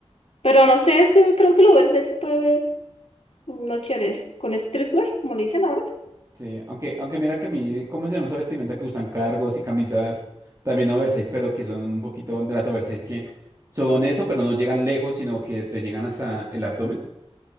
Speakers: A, on the left; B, on the right.
A: Pero no sé, es que creo que el oversize se puede ver unos chéveres con streetwear, como le dicen ahora,
B: Sí, aunque, aunque mira que a mí, ¿cómo se llama esa vestimenta que usan cargos y camisas también oversize, pero que son un poquito de las oversize que son eso, pero no llegan lejos, sino que te llegan hasta el abdomen?